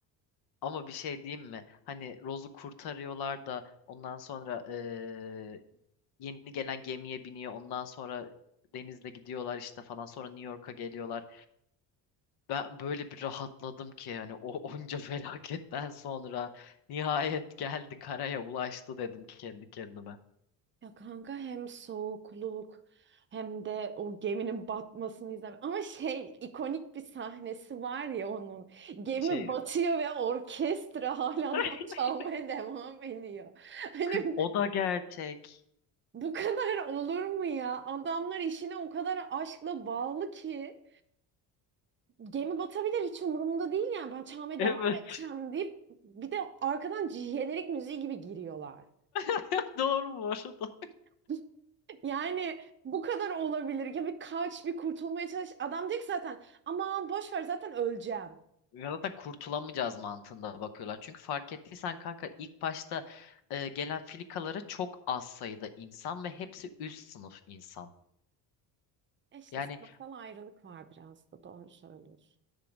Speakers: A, on the left; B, on the right.
A: Ama bir şey diyeyim mi? Hani Rose'u kurtarıyorlar da ondan sonra eee, yeni gelen gemiye biniyor. Ondan sonra denizle gidiyorlar işte falan. Sonra New York'a geliyorlar. Ben böyle bir rahatladım ki hani o <laughs> onca felaketten sonra nihayet geldi karaya ulaştı dedim kendi kendime.
B: Ya kanka hem soğukluk hem de o geminin batmasını izlemek. Ama şey ikonik bir sahnesi var ya onun. Gemi
A: Şey
B: batıyor ve orkestra hala
A: <laughs>
B: <laughs> da çalmaya devam ediyor. Hani
A: kız o da gerçek.
B: bu kadar olur mu ya? Adamlar işine o kadar aşkla bağlı ki. Gemi batabilir hiç umurumda değil yani ben çalmaya
A: Evet
B: devam edeceğim deyip bir de arkadan jenerik müziği gibi giriyorlar.
A: <laughs> doğru bu arada.
B: <laughs> Yani bu kadar olabilir. Ya bir kaç bir kurtulmaya çalış. Adam diyecek zaten aman boş ver zaten öleceğim.
A: Ya zaten kurtulamayacağız mantığında bakıyorlar. Çünkü fark ettiysen kanka ilk başta e, gelen filikalara çok az sayıda insan ve hepsi üst sınıf insan.
B: E işte
A: Yani
B: sınıfsal ayrılık var biraz da doğru söylüyorsun.